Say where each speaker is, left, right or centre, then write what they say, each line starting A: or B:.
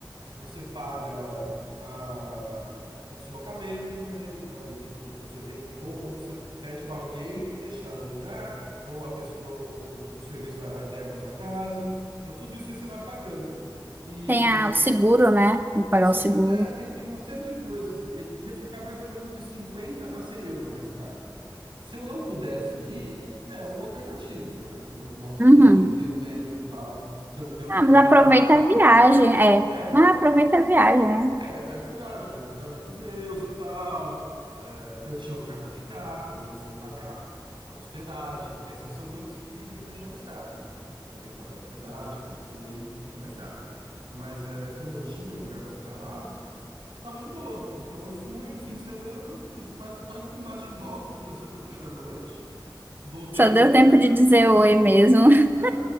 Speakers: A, on the right; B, on the right.
A: Você paga a- o deslocamento também, então, tipo, você tem que, ou, ou você pede para alguém deixar no lugar, ou a pessoa, ou o, o serviço vai lá e pega na sua casa. Então, tudo isso aí você vai pagando. E
B: Tem a- o seguro, né? Tem que
A: tem
B: pagar
A: seguro,
B: o seguro.
A: é, tem, tem uma série de coisas. Ele ia ficar mais ou menos de 50 a 100 euros mais caro. Se eu não pudesse ir, é uma alternativa, né? Se eu não posso
B: Uhum.
A: ir, se eu não tenho tempo, tal, se eu não tenho
B: Ah,
A: onde ficar
B: mas aproveita
A: lá.
B: a viagem, é.
A: É,
B: Mas aproveita a viagem, né?
A: é, aí eu fui lá, vi alguns amigos meus e tal. É, eu tinha lugar para ficar, então não precisei pagar a hospedagem, porque essas são coisas que iriam deixar mais caro, né? Eu tenho que pagar a hospedagem, coisa assim, aí fica mais caro. Mas é, como eu tinha lugar para ficar lá, tava de boa. Então eu fui um fim de semana, fiz quase, quase que um bate e volta, fui na sexta-feira à noite, voltei
B: Só
A: no
B: deu
A: domingo
B: tempo
A: à
B: de
A: noite.
B: dizer oi mesmo. <laughs>
A: É,